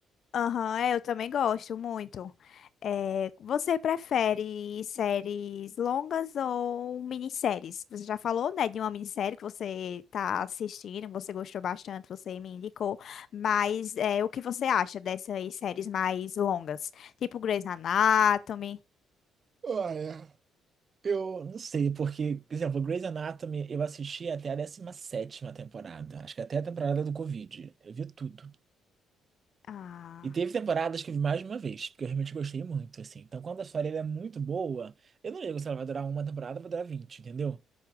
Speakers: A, on the left; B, on the right.
A: Aham, é, eu também gosto muito. É, você prefere séries longas ou minisséries? Você já falou, né, de uma minissérie que você tá assistindo, que você gostou bastante, você me indicou, mas é, o que você acha dessas séries mais longas? Tipo Grey's Anatomy?
B: Ah, é. Eu não sei, porque, por exemplo, Grey's Anatomy eu assisti até a décima sétima temporada. Acho que até a temporada do Covid. Eu vi tudo.
A: Ah,
B: E teve temporadas que eu vi mais de uma vez, porque eu realmente gostei muito, assim. Então, quando a história ela é muito boa, eu não ligo se ela vai durar uma temporada, vai durar 20, entendeu?